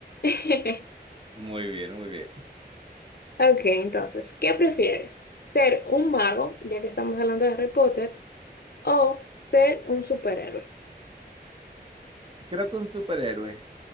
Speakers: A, on the left (about 65°); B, on the right (about 30°).
A: <laughs>
B: Muy bien, muy bien.
A: Ok, entonces, ¿qué prefieres? ¿Ser un mago, ya que estamos hablando de Harry Potter, o ser un superhéroe?
B: Creo que un superhéroe.